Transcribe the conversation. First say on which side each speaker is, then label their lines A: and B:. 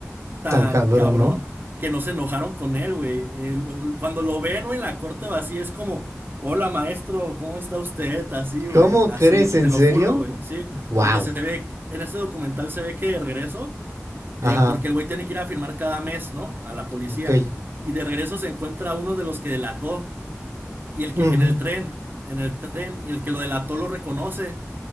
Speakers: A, on the right (about 40°); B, on the right (about 75°).
A: tan
B: Tan cabrón,
A: cabrón
B: ¿no?
A: que no se enojaron con él, güey. El güey- Cuando lo ven, güey, en la corte vacía es como, hola maestro, ¿cómo está usted? Así, güey,
B: ¿Cómo
A: así,
B: crees?
A: güey,
B: ¿En
A: te lo
B: serio?
A: juro, güey, sí,
B: Wow.
A: porque se ve, en este documental se ve que de regreso, eh,
B: Ajá.
A: porque el güey tiene que ir a firmar cada mes, ¿no? A la policía,
B: Ok.
A: y de regreso se encuentra a uno de los que delató y el que
B: Ujú.
A: en el tren, en el tren, y el que lo delató lo reconoce,